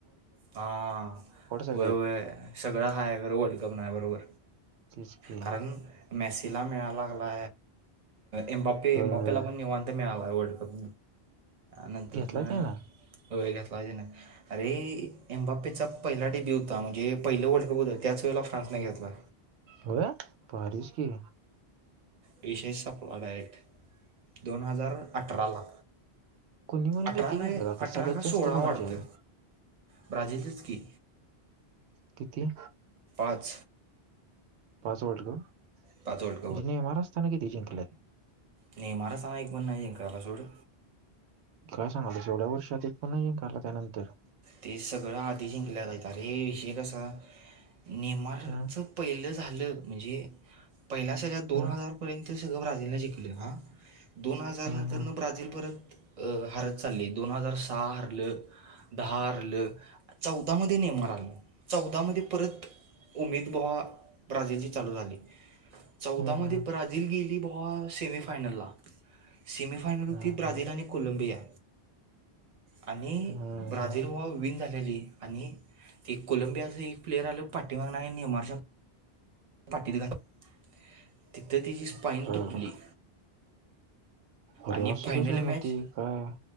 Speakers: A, on the right (about 45°); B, on the right (about 85°).
A: हां
B: सगळे
A: उय
B: आहेत
A: उय सगळा हाय कर वर्ल् का बणा बरोबर
B: तेच की
A: कारण मेस तिला मिळा लागला एमबापे
B: होय
A: एमबापेला
B: होय
A: पण निवांत मिळा वर्ल्ड कप नंतर
B: घेतलाय त्यानं
A: वळ घेतला अरे एम्बपेचा पहिला टीपी उ होता म्हणे पहिलं वर्ल्ड कप होता त्याचवेळेला फ्रानसने घेतला
B: हो पस की
A: विश सपला डायरेक्ट दोन हजार अठराला
B: कोणी कोणी
A: अठरा
B: किती घेतल्यात
A: नाही
B: आता
A: अठरा
B: सगळ्यात
A: का
B: जास्त
A: सोळा
B: कोणाचे
A: वाढतं
B: आहेत
A: ब्राझीलीलच की
B: किती
A: पाच
B: पाच वल्ड ग
A: पाच वर्ल्ड
B: जिने महाराष्टताान क त जिंकल्यात
A: ने महरा सनाक पना इंका आला चूड
B: काय सांगाल एवढ्या वर्षात एक पण ये का आला त्यानंतर
A: ते सगळं आधी जिंकल्या गयत रे विषेकसा. नेमाचं
B: हम्म
A: पहिलं झालं म्हणजे पहिल्या सळ्या दोन
B: हम्म
A: हजारपर्यंत. ्रा श दोन हजार
B: हम्म
A: नंतर
B: हम्म
A: ब्राझील परत अ हरत चालली दोन हजार सहा हरलं दहा हारलं चौदामध्ये नेम आलं चौदामध्ये परत उमेद बोहा राजजे जी चालू झाली. चौदा
B: हम्म
A: मधे
B: हम्म
A: ब्राजिल गेली बुवा सेमी फायनल ला. सेमिफानल होती
B: हम्म
A: ब्राझीलल
B: हम्म
A: आणि कोलंबिया आणि
B: हम्म
A: ब्राझील
B: हम्म
A: वाले विनं झाल्यावर आणि ते कोलंबियाचा एक प्लेयर आला पाठीमागणं आणि ने मारश पाठीत घातला तिथं त्याजी स्पाईन
B: अरर.
A: तुटली.
B: अरे
A: आणि
B: असं
A: फायनल
B: कसं
A: मॅच
B: मग ते काय